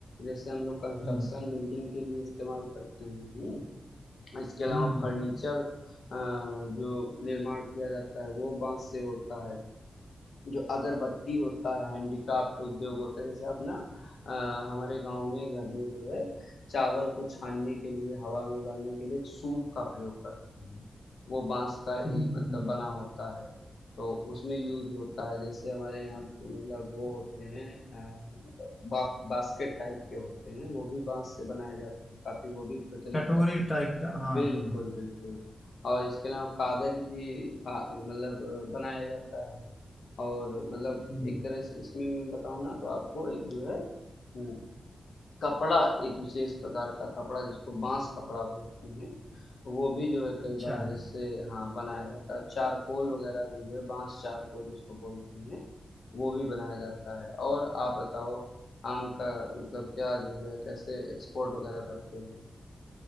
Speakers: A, on the left; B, on the left.
A: जैसे हम लोग कंस्ट्रक्शन
B: हम्म
A: बिल्डिंग के लिए इस्तेमाल करते हैं, हुँ। इसके अलावा
B: हम्म,
A: फर्नीचर जो निर्माण किया जाता है वो बांस से होता है जो अगरबत्ती होता है हैंडीक्राफ्ट उद्योग होता है जैसे आप ना अ, हमारे गांव में घर में जो है चावल को छानने के लिए हवा में उड़ाने के लिए एक सूप का प्रयोग करते हैं वो बांस का ही
B: हम्म,
A: मतलब बना होता है तो उसमें यूज होता है जैसे हमारे यहाँ मतलब वो होते हैं अ, मतलब बा, बास्केट टाइप के होते हैं वो भी बांस से बनाए जाते हैं काफी वो भी प्रचलित
B: कटोरी
A: है
B: टाइप का हाँ
A: बिल्कुल,
B: हाँ
A: बिल्कुल और इसके अलावा कागज भी भा मतलब बनाया जाता है और मतलब
B: हम्म,
A: एक तरह से इसमें मैं बताऊँ ना तो आपको एक जो है हम्म, कपड़ा एक विशेष प्रकार का कपड़ा जिसको बांस कपड़ा बोलते हैं वो भी जो है कई
B: अच्छा
A: बार इससे हाँ बनाया जाता है चारकोल वगैरह भी जो है बांस चारकोल जिसको बोलते हैं वो भी बनाया जाता है और आप बताओ आम का मतलब क्या जो है कैसे एक्सपोर्ट वगैरह करते हो